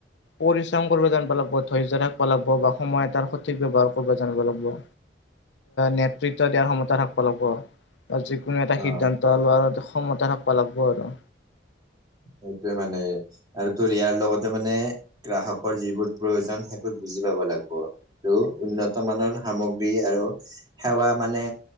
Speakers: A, on the left; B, on the right.
A: পৰিশ্ৰম কৰিব জানিব লাগিব, ধৈৰ্য থাকিব লাগিব, বা সময় এটাৰ সঠিক ব্যৱহাৰ কৰিব জানিব লাগিব।
B: উ <unintelligible>
A: নেতৃত্ব দিয়াৰ ক্ষমতা থাকিব লাগিব, যিকোনো এটা
B: অ
A: সিদ্ধান্ত লোৱাৰ ক্ষমতা থাকিব লাগিব আৰু।
B: সেইটোয়ে মানে আৰু তোৰ ইয়াৰ লগতে মানে গ্ৰাহকৰ যিবোৰ প্ৰয়োজন সেইবোৰ বুজি পাব লাগিব, আৰু উন্নত মানৰ সামগ্ৰী আৰু সেৱা মানে